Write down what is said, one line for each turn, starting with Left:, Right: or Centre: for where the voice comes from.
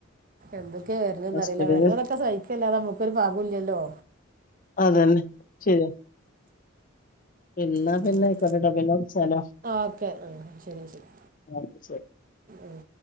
Right: എന്തൊക്കെയാ വരണറ
Left: ഹോസ്പിറ്റല്
Right: വെറതൊക്കെ സഹിക്കല്ലാ നമുക്കൊരു പാാവം ഇില്ലല്ലോ
Left: അതന്നെ ശരിയാ പിന്നാ
Right: അതല്ലേ
Left: പിന്നെ ഇക്കോട പിന്നെ വിളിച്ചാലോ
Right: ഓക്കെ ആ ശരി ശരി
Left: ഓക്കെ ശരി
Right: ഉം